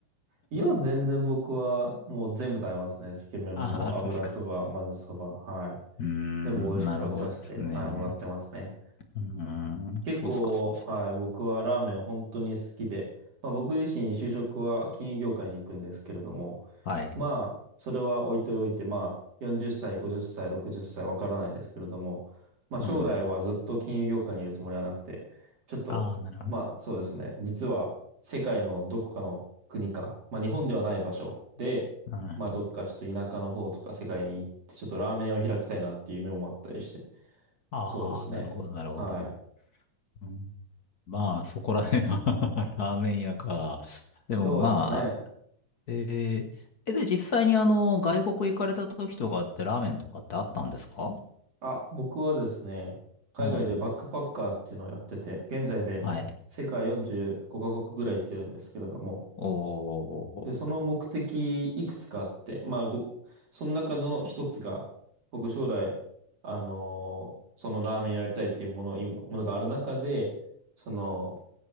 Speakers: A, on the right; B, on the left.
A: いや、全然僕はもう全部食べますね。つけ麺も油そば、
B: ああ、そうですか。
A: 混ぜそば、はい。
B: うーん、
A: 全部美味しく食べさせて、
B: なるほどですね。
A: はい、もらってますね。
B: うーん、
A: 結構、
B: そうっすか、そうっすか。
A: はい、僕はラーメン本当に好きで、まあ僕自身就職は金融業界に行くんですけれども、
B: はい。
A: まあ、それは置いておいて、まあ、40歳、50歳、60歳、ろくじゅっさいわからないですけれども、まあ将来はずっと金融業界にいるつもりはなくて、
B: うん。
A: ちょっと、
B: ああ、なるほど。
A: まあそうですね、実は世界のどこかの国か、まあ日本ではない場所で、
B: うん。
A: まあどっかちょっと田舎の方とか世界に行って、ちょっとラーメンを開きたいなっていう夢もあったりして、
B: ああ、
A: そうですね。
B: なるほど、なるほど。
A: はい。
B: うん、まあ、そこら辺は <laughs> ラーメン屋か。でもまあ、
A: そうですね。
B: えー、え、で、実際にあの、外国行かれた時とかってラーメンとかってあったんですか
A: あ、僕はですね、海外でバックパッカーっていうのをやってて、
B: うん。
A: 現在で世界45カ国ぐらい行ってるんですけれども、
B: はい。おー。
A: で、その目的いくつかあって、まあ、ご、その中の一つが、僕将来、あのーそのラーメン屋やりたいっていうもの、今ものがある中で、その、